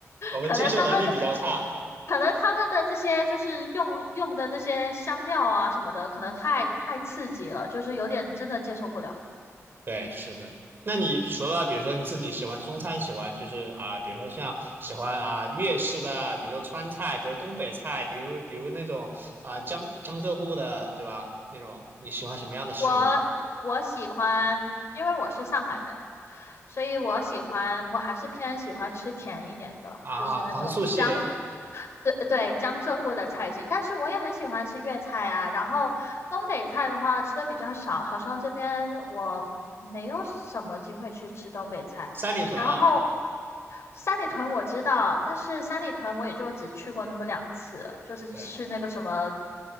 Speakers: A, on the right (about 40°); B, on the left (about 55°).
A: 我们接受能力比较差。
B: 可能他们，的可能他们的这些就是用用的那些香料啊什么的，可能太太刺激了，就是有点真的接受不了。
A: 对，是的。那你除了比如说你自己喜欢中餐，喜欢就是啊，比如说像喜欢啊粤式的，比如说川菜，比如东北菜，比如比如那种啊江江浙沪的，对吧？那种你喜欢什么样的食物呢？
B: 我我喜欢，因为我是上海人，所以我喜欢，我还是偏喜欢吃甜一点的，
A: 啊，
B: 就是那种江，
A: 糖醋系列，
B: 对对，江浙沪的菜系。但是我也很喜欢吃粤菜啊，然后东北菜的话吃的比较少，好像这边我没有什么机会去吃东北菜，
A: 三里屯啊，
B: 然后。三里屯我知道，但是三里屯我也就只去过那么两次，就是吃那个什么
A: 对